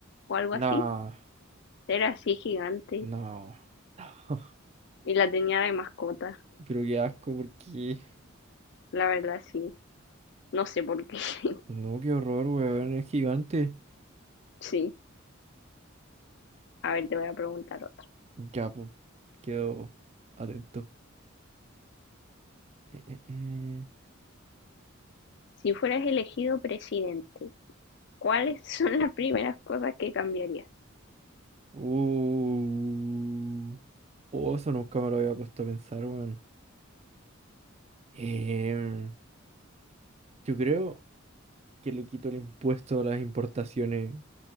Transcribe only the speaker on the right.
No,
no, no. <laughs>
Pero qué asco, porque...
No, qué horror, weón, es gigante.
Ya, po, quedo atento. Eh, eh, eh.
Uh. Oh, eso nunca me lo había puesto a pensar, weón. Em, yo creo. que le quitó el impuesto a las importaciones